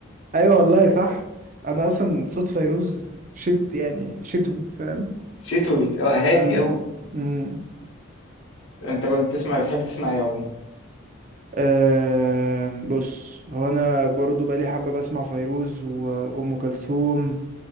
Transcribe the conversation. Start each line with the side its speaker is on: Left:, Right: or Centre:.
Right: ايوه والله صح انا اصلا صوت فيروز شت يعني شتوي فاهم
Left: شتوي اه هادي
Right: اه
Left: قوي
Right: امم
Left: انت كنت تسمع بتحب تسمع ايه عموما
Right: أم، بص هو انا برضو بقالي حبه بسمع فيروز وام كلثوم